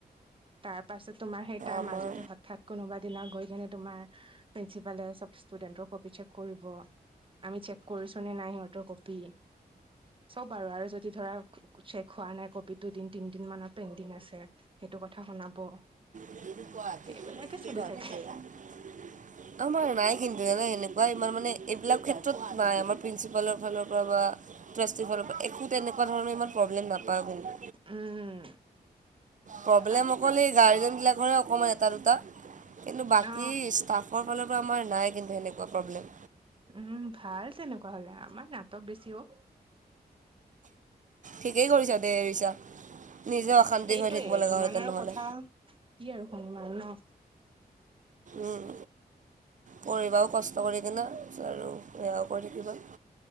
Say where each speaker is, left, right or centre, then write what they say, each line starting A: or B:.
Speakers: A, on the right; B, on the right.
A: তাৰ পাছত তোমাৰ সেই তাৰ
B: আমাৰ
A: মাজতে হঠাৎ কোনোবা দিনা গৈ কিনে তোমাৰ প্ৰিঞ্চিপালে চব ষ্টুডেন্টৰ কপি চেক কৰিব আমি চেক কৰিছো নে নাই সিহঁতৰ কপি চব আৰু যদি ধৰা চেক হোৱা নাই কপিটো দুদিন তিনদিন মানৰ পেণ্ডিং আছে সেইটো কথা শুনাব
B: <unintelligible>
A: সেইবিলাকে চলি থাকে
B: আমাৰ নাই কিন্তু এনে এনেকুৱা ইমান মানে এইবিলাক ক্ষেত্ৰত নাই আমাৰ প্ৰিঞ্চিপালৰ ফালৰ পৰা বা ট্ৰাষ্টিৰ ফালৰ পৰা একো তেনেকুৱা ধৰণৰ ইমান প্ৰব্লেম নাপাও কিন্তু
A: উম
B: প্ৰব্লেম
A: ভাল
B: অকল
A: ভাল
B: এই গাৰ্জেন বিলাক কৰে অকণমান এটা দুটা কিন্তু বাকী
A: অ
B: ষ্টাফৰ ফালৰ পৰা আমাৰ নাই কিন্তু সেনেকুৱা প্ৰব্লেম
A: উম ভাল তেনেকুৱা হলে আমাৰ নাটক বেছি অ'
B: ঠিকেই কৰিছা দে এৰিছা নিজে অশান্তি
A: সেইটোয়ে
B: হৈ থাকিব লগা
A: ইমান
B: হ'লহেতেন
A: আৰু
B: নহ'লে
A: কথা কি আৰু শুনিম আৰু ন
B: উম পৰিবাও কষ্ট কৰি কিনে আৰু সেয়াও কৰি থাকিবা